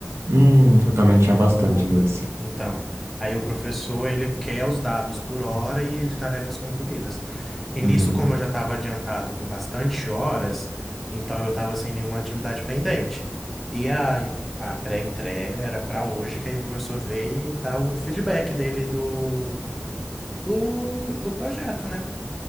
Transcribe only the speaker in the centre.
o,
Então, aí o professor, ele quer os dados por hora e de tarefas concluídas. E
nisso, como eu já estava adiantado com bastante horas, então eu estava sem nenhuma atividade pendente. E a, en- a pré-entrega era para hoje, que aí o professor veio e dá o feedback dele do, do, do projeto, né?